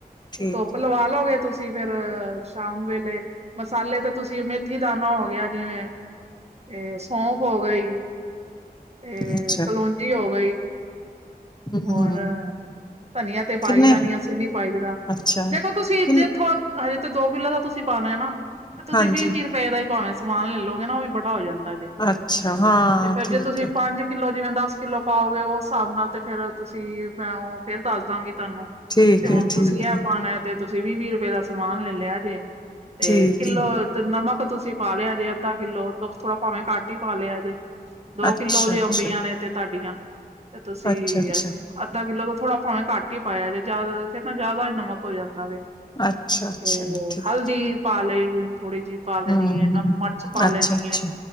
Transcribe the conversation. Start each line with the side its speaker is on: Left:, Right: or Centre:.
Left: ਠੀਕ
Right: ਤੇ ਧੁੱਪ ਖੱਲੋਗੇ ਤੁਸੀਂ ਫੇਰ ਸ਼ਾਮ ਵੇਲੇ ਮਸਾਲੇ ਤਾਂ ਤੁਸੀਂ ਮੇਥੀ ਦਾਨਾ ਹੋ ਗਿਆ ਜਿਵੇਂ ਤੇ ਸੌਫ ਹੋ ਗਈ, ਤੇ
Left: ਅੱਛਾ
Right: ਕਲੋਂਜੀ ਹੋ ਗਈ।
Left: ਹਮ
Right: ਹੋਰ
Left: ਹਮ
Right: ਧਨੀਆ ਤੇ ਪਾਈ
Left: ਕਿੰਨੇ
Right: ਦਾ ਨੀ। ਅਸੀਂ ਨੀ ਪਾਈ ਦਾ।
Left: ਅੱਛਾ
Right: ਦੇਖੋ, ਤੁਸੀਂ
Left: ਕਿਨ
Right: ਜੇਥੋਂ ਹਜੇ ਤੇ ਦੋ ਕਿੱਲੋ ਦਾ ਤੁਸੀਂ ਪਾਉਣਾ ਹੈ, ਨਾ ਤੇ ਤੁਸੀਂ
Left: ਹਾਂਜੀ
Right: ਵੀਹ- ਵੀਹ ਰੁਪਏ ਦਾ ਹੀ ਪਾਵ ਸਮਾਨ ਲੈਲਓਗੇ। ਨਾ ਉਹ ਵੀ ਬੜਾ ਹੋ ਜਾਂਦਾ ਜੇ,
Left: ਅੱਛਾ ਹਾਂ
Right: ਤੇ ਫੇਰ
Left: ਠੀਕ
Right: ਜੇ ਤੁਸੀਂ
Left: ਹੈ
Right: ਪੰਜ ਕਿੱਲੋ ਜਿਵੇਂ ਦਸ ਕਿੱਲੋ ਪਾਓਗੇ। ਉਸ ਹਿਸਾਬ ਨਾਲ ਤੇ ਫੇਰ ਤੁਸੀਂ ਮੈਂ ਉਹ ਫੇਰ ਦੱਸ ਦਵਾਂਗੀ। ਤੁਹਾਨੂੰ
Left: ਠੀਕ
Right: ਤੇ ਹੁਣ
Left: ਹੈ ਠੀਕ
Right: ਤੁਸੀਂ ਆਪ
Left: ਹੈ
Right: ਤੇ ਤੁਸੀਂ ਵੀਹ- ਵੀਹ ਰੁਪਏ ਦਾ ਸਮਾਨ ਲੈ ਲਿਆ। ਜੇ ਤੇ
Left: ਠੀਕ
Right: ਕਿੱਲੋ
Left: ਹੈ
Right: ਤੇ ਨਮਕ- ਤੇ ਤੁਸੀਂ ਪਾ ਲਿਆ ਜੇ, ਅੱਧਾ ਕਿੱਲੋ ਤੋ ਥੋੜਾ ਭਾਵੇਂ ਘੱਟ ਹੀ ਪਾ ਲਿਆ ਜੇ। ਦੋ
Left: ਅੱਛਾ
Right: ਕਿੱਲੋਜੇ,
Left: ਅੱਛਾ
Right: ਅੰਬੀਆਂ ਨੇ ਤੇ ਤੁਹਾਡੀਆਂ। ਤੇ ਤੁਸੀਂ,
Left: ਅੱਛਾ ਅੱਛਾ
Right: ਅੱਧਾ ਕਿੱਲੋ ਤਾਂ ਥੋੜ੍ਹਾ ਭਾਵੇਂ ਘੱਟ ਹੀ ਪਾਇਆ ਜੇ। ਜਿਆਦਾ ਤਾਂ ਜਿਆਦਾ ਹੀ ਨਮਕ ਹੋ ਜਾਂਦਾ ਵੇ।
Left: ਅੱਛਾ ਅੱਛਾ
Right: ਤੇ
Left: ਠੀਕ
Right: ਹਲਦੀ
Left: ਹੈ
Right: ਪਾ ਲਏ ਥੋੜੀ ਜਿਹੀ ਪਾ ਲੈਣੀ
Left: ਹਮ
Right: ਹੈ। ਨਮ
Left: ਹਮ
Right: ਮਿਰਚ ਪਾ ਲਣੀ
Left: ਅੱਛਾ ਅੱਛਾ
Right: ਹੈ।